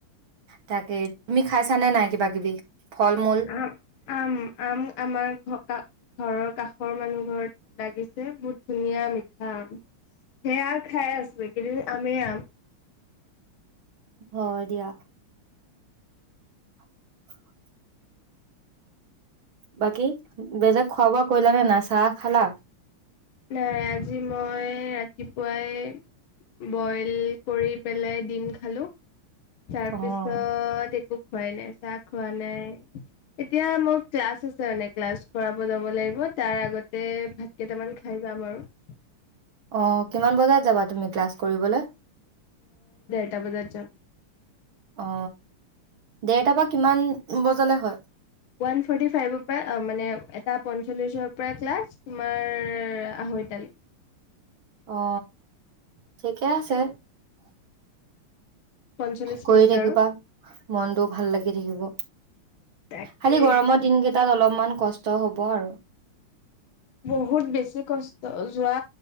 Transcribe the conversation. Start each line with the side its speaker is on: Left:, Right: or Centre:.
Right: তাকে তুমি খাইছ নে নাই কিবা কিবি ফল মূল
Left: আ আম আম আমাৰ ঘ কা ঘৰৰ কাষৰ মানুহ ঘৰত লাগিছে বহুত ধুনীয়া মিঠা আম সেয়া খাই আছো এইকেইদিন আমেই আম
Right: হয় দিয়া <inaudible> বাকী বেলগ খোৱা বোৱা কৰিলা নে নাই চাহ খালা
Left: নাই আজি মই ৰাতিপুৱাই বইল কৰি পেলাই ডিম খালো তাৰপিছত
Right: অ
Left: খোৱাই নাই চাহ খোৱা নাই এতিয়া মোৰ ক্লাছ আছে মানে ক্লাছ কৰাব যাব লাগিব তাৰ আগতে ভাত কেইটামান খাই যাম আৰু
Right: অ কিমান বজাত যাবা তুমি ক্লাছ কৰিবলৈ
Left: এটা বজাত যাম
Right: অ দেৰটাৰ পৰা কিমান বজালে হয়
Left: ওৱান ফৰ্টি ফাইভৰ পৰা মানে এটা পঞ্চলিচৰ পৰা ক্লাছ তোমাৰ আঢ়ৈটালৈ
Right: অ ঠিকে আছে
Left: পঞ্চল্লিছ
Right: কৰি
Left: মিনিট
Right: থাকিবা
Left: আৰু
Right: মনটোও ভাল লাগি থাকিব
Left: তাকে
Right: খালি গৰমৰ দিন কেইটাত অলপ ইমান কষ্ট হ'ব আৰু
Left: বহুত বেছি কষ্ট যোৱা